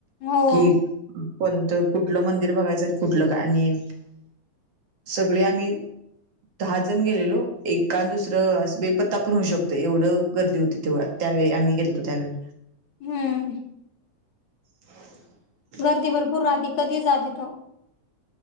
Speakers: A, on the left; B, on the right.
A: हो
B: कि कोणतं कुठलं मंदिर बघायचं कुठलं काय आणि सगळी आम्ही दहा जण गेलेलो एखाद आणि दुसरं बेपत्ता पण होऊ शकत एवढं गर्दी होती देवळात त्यावेळी आम्ही गेलतो त्यावेळी
A: हम्म..
B: <unintelligible>
A: गर्दी भरपूर राहते कधीही जात तिथं